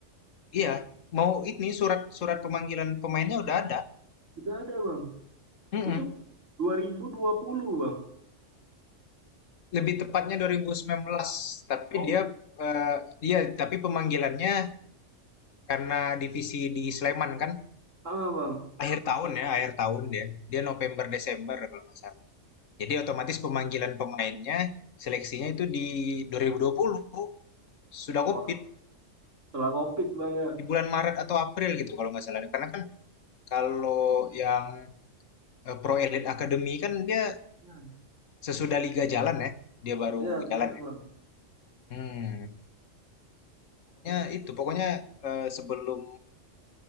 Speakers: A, on the left (about 80°); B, on the right (about 75°).
A: Iya, mau ini surat surat pemanggilan pemainnya udah ada.
B: sudah ada bang.
A: Mm-mm.
B: Itu dua dua ribu dua puluh bang.
A: Lebih tepatnya 2019, tapi
B: Oh,
A: dia eh, iya, tapi pemanggilannya karena divisi di Sleman kan
B: sama bang.
A: akhir tahun ya, akhir tahun dia. Dia November Desember kalau nggak salah. Jadi otomatis pemanggilan pemainnya seleksinya itu di 2020 sudah
B: Wah,
A: COVID
B: setelah COVID bang ya.
A: di bulan Maret atau April gitu kalau nggak salah. Karena kan kalau yang eh, Pro Elite Academy kan dia
B: Ya,
A: Sesudah liga jalan ya, dia baru
B: ya, benar
A: jalan ya?
B: bang.
A: Hmm, pokoknya itu, pokoknya eh, sebelum